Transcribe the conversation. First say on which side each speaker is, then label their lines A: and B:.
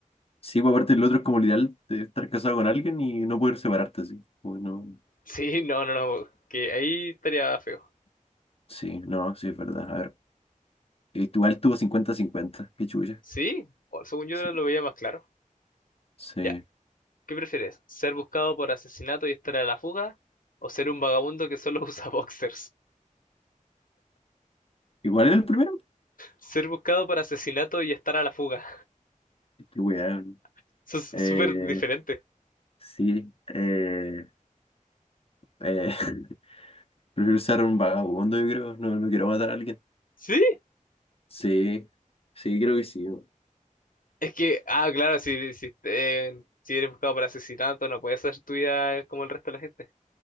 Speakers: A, on the left; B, on the left.
A: Sí, pues aparte el otro es como el ideal de estar casado con alguien y no poder separarte así. Bueno,
B: Sí, no, no, no, que ahí estaría feo.
A: sí, no, sí, es verdad. A ver, eh, igual tuvo cincuenta cincuenta qué chulla.
B: Sí, o- según yo
A: Sí,
B: lo veía más claro.
A: sí.
B: ya ¿Qué prefieres? ¿Ser buscado por asesinato y estar a la fuga? ¿O ser un vagabundo que solo <laughs> usa boxers?
A: ¿Igual era el primero?
B: Ser buscado por asesinato y estar a la fuga.
A: Qué weón.
B: <laughs> Eso es
A: Eh,
B: súper diferente.
A: sí, eh, eh, <laughs> prefiero ser un vagabundo, yo creo. No, no quiero matar a alguien.
B: ¿Sí?
A: Sí, sí, creo que sí. bo.
B: Es que, ah, claro, si, si, eh, si eres buscado por asesinato, no puedes hacer tu vida como el resto de la gente.